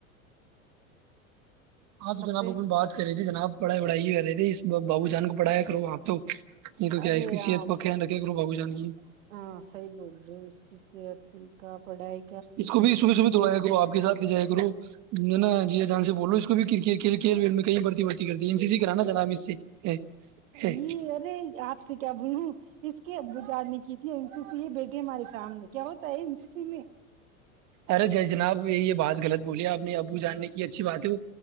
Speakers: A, on the right; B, on the right.
A: ہاں تو
B: سب
A: جناب
B: پہ
A: اب ہم بات کر رہی تھی جناب پڑائیڑائی ہو رہیے بابو جان کو پڑھایا کرو آپ تو نہیں تو کیا
B: ارے
A: اس کی صحت
B: آ
A: کا خیال رکھے کرو بابو جان کی
B: ہاں صحیح بول رہے ہو اس کی صت ت کا پڑائی
A: اس کو بھی صبح صبح دوڑا گو آپ کے سھ جائے کرو ج نا جی جانسی بول ک کر کل
B: ہے
A: کل ول میںیں بڑتی بڑتی کرتی ا سی کرانا چلا اب اس سے ہے ہے
B: یہ ارے آپ سے کیا بولوں اس کے جاننی کی تھی ا س سی یہ بیٹے ہمارے سامنے کیا ہوتا ہے ا س سی میں
A: ارے جی جناب یہ بات غلط بولیے آپ ابو جاننے کی اچھی بات ہے وہ